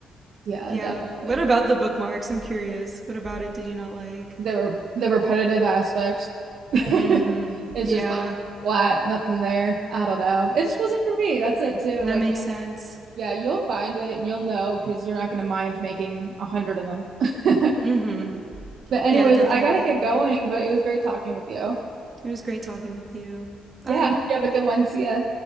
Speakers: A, on the right; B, on the right.
A: Yeah,
B: Yeah.
A: definitely.
B: What about the bookmarks? I'm curious. What about it did you not like?
A: The re the repetitive aspect. <laughs>
B: Mm.
A: It's
B: Yeah.
A: just like flat, nothing there. I don't know. It just wasn't for me. That's it too.
B: That
A: Like
B: makes
A: you'll
B: sense.
A: yeah, you'll find it and you'll know because you're not gonna mind making a hundred of them. <laughs>
B: hmm
A: But anyways,
B: Yeah, definitely.
A: I gotta get going, but it was great talking with you.
B: It was great talking with you. Bye.
A: Yeah, hope you have a good one. See ya.